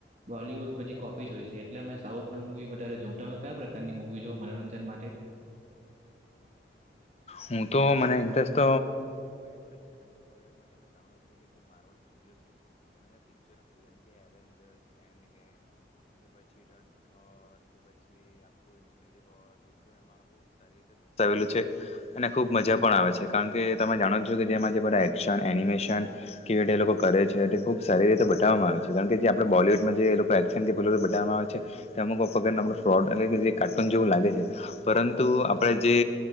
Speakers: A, on the right (about 40°); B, on the left (about 35°).
A: બોલવૂડ બધી કોપી જ હોય છે, એટલે મે સાઉથના મૂવી વધારે જોઉં તો તમે કયા પ્રકારની મૂવી જોવ મનોરંજન માટે.
B: હું તો મને ઇન્ટરેસ્ટ તો. અને ખૂબ મજા પણ આવે છે, કારણ કે તમે જાણો છો કે જેમાં જે બધા એક્શન એનિમેશન કેવીય એ લોકો કરે છે, તે ખૂબ સારી રીતે બતાવવામાં આવે છે, કારણ કે જે આપણે બોલિવૂડમાં જે એ લોકો એક્શન કે પેલી બતાવવામાં આવે છે, તે અમુક પગડને આપણું ફ્રોડ એટલે કે જે કાર્ટૂન જેવું લાગે છે, પરંતુ આપણે જે.